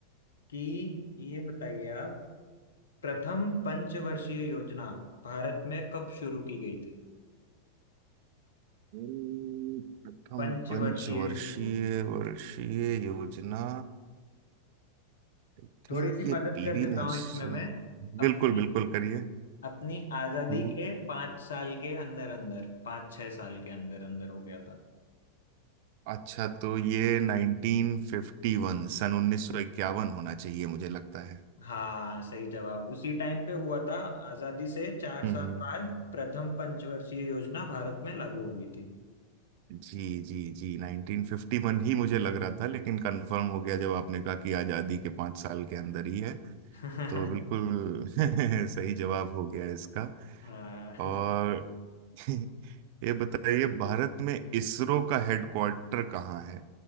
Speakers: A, on the left; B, on the right.
A: कि ये बताइए आप प्रथम पंचवर्षीय योजना भारत में कब शुरू की गई थी
B: हम्म, प्रथम
A: पंचवर्षीय
B: पंचवर्षीय
A: योजना
B: वर्षीय योजना आई थिंक
A: थोड़ी सी मदद
B: ये पीवी
A: कर देता
B: नरसिम्हा
A: हूँ इसमें मैं अपनी
B: बिल्कुल बिल्कुल करिए
A: अपनी आजादी
B: हम्म
A: के पांच साल के अंदर अंदर पांच छह साल के अंदर अंदर हो गया था
B: अच्छा तो ये 1951 सन 1951 होना चाहिए मुझे लगता है
A: हाँ सही जवाब उसी टाइम पे हुआ था आजादी से चार
B: हम्म
A: साल बाद प्रथम पंचवर्षीय योजना भारत में लागू हो गई थी
B: जी जी जी 1951 ही मुझे लग रहा था लेकिन कंफर्म हो गया जब आपने कहा कि आजादी के पाँच साल के अंदर ही है
A: <laughs>
B: तो बिल्कुल <laughs> सही जवाब हो गया इसका
A: हाँ <laughs>
B: और <laughs> ये बताइए भारत में इसरो का हेडक्वार्टर कहाँ है